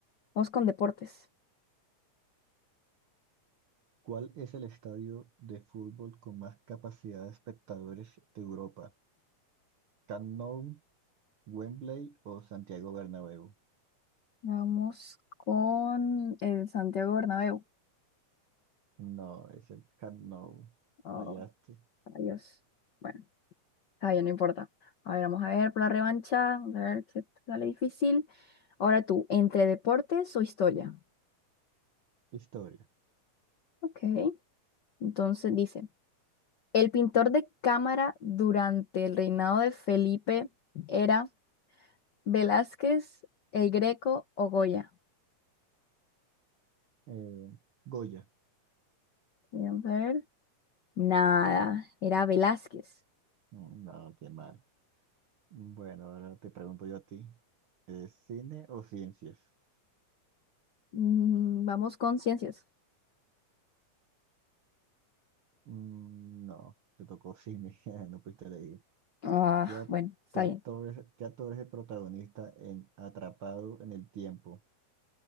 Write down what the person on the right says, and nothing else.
¿Cuál es el estadio de fútbol con más capacidad de espectadores de Europa? ¿Camp Nou, Wembley o Santiago Bernabéu?
No, es el Camp Nou.
Fallaste.
Historia.
Eh, Goya.
Mm, No, qué mal. Bueno, ahora te pregunto yo a ti. ¿Es cine o ciencias?
Mm, no, te tocó cine, <laughs> no pudiste leer.
¿Qué, a-
qué actor
es, es el protagonista en Atrapado en el Tiempo?